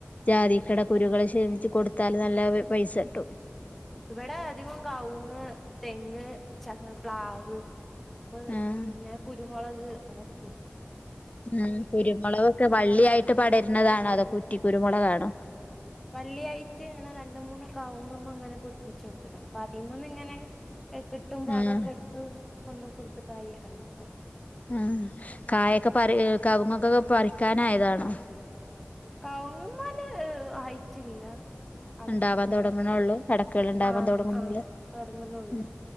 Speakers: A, on the left; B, in the centre.
A: ജാതി കടക്കുരുുകെ ക്ഷമിച്ചച്ച് കൊടുത്താല് നല്ല പൈസ ഇട്ടും
B: ഇവിടെ അധികം കവുങ്ങ് തെങ്ങ് ച പ്ലാവ് അപ്പൊ
A: ആഹ്
B: നിന്നെ കുരുമുളക് അലയാണ്
A: ഉം കുരുമുളകൊക്കെ വള്ളിയായിട്ട് പടരുന്നതാണോ അതോ കുറ്റി കുരുമുളക്ാണോ
B: വള്ളിയായിട്ട് ഇങ്ങനെ രണ്ട മൂന്ന് കവങ്ങമ്മ അങ്ങനെ പൊടിപ്പിിച്ചു കൊടുത്തക്കണം അപ്പൊ അതിീമ ഒന്ന് ഇങ്ങനെ കിട്ടുമ്പോ
A: ആഹ്
B: അതൊക്കെ എടുത്ത് കൊണ്ടോ കൊടുത്ത കായൊക്കെ ഉണ്ടാക്കും
A: ആ കായൊക്കെ പ കവുങ്ങൊക്കൊക്കെ പറിക്കാനായതാണോ
B: കവങ്ങമാല് ആയിട്ടില്ല അടക്ക
A: ഉണ്ടാവാൻ
B: അങ്ങനെ
A: തൊടങ്ങുന്നള്ളൂ കടക്കകൾ ഉണ്ടാവാൻ
B: ആഹ്
A: തൊടങ്ങുന്നള്ളൂ
B: ആഹ് തുടങ്ങുന്നുള്ളൂ
A: ഉ